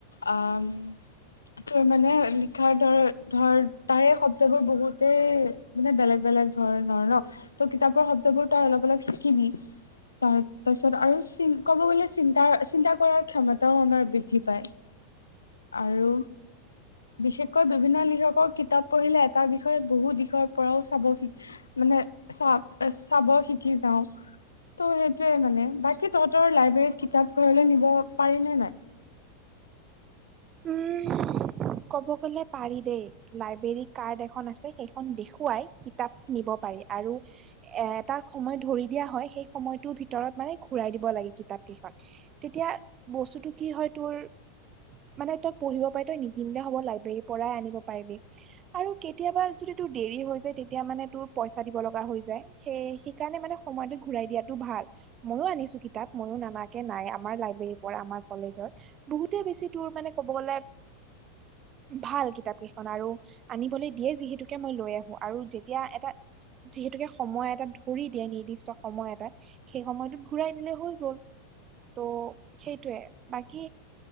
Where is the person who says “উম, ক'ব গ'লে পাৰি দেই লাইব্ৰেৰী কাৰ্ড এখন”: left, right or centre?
Right